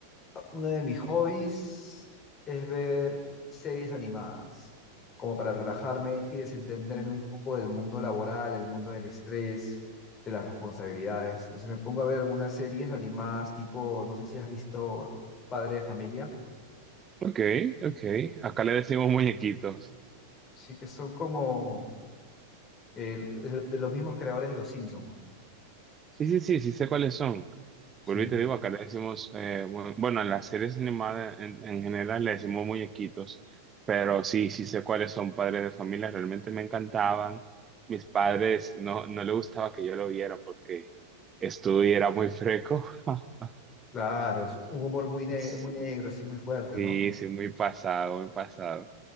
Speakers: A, on the left; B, on the right.
A: uno de mis hobbies es ver series animadas, como para relajarme y desentenderme un poco del mundo laboral, del mundo del estrés, de las responsabilidades. Entonces me pongo a ver algunas series animadas, tipo, no sé si has visto Padre de Familia,
B: Ok, ok, acá le decimos muñequitos.
A: sí que son como eh, de de los mismos creadores de Los Simpson,
B: Sí, sí, sí, sí sé cuáles son.
A: sí.
B: Vuelvo y te digo, acá le decimos, eh, bu- bueno, en las series animadas en, en general le decimos muñequitos, pero sí, sí sé cuáles son padres de familia, realmente me encantaban. Mis padres no, no le gustaba que yo lo viera porque estudio era muy freco. <laughs>
A: Claro, es un humor muy, ne-
B: Sí,
A: muy negro, así muy fuerte,
B: sí,
A: ¿no?
B: sí, muy pasado, muy pasado.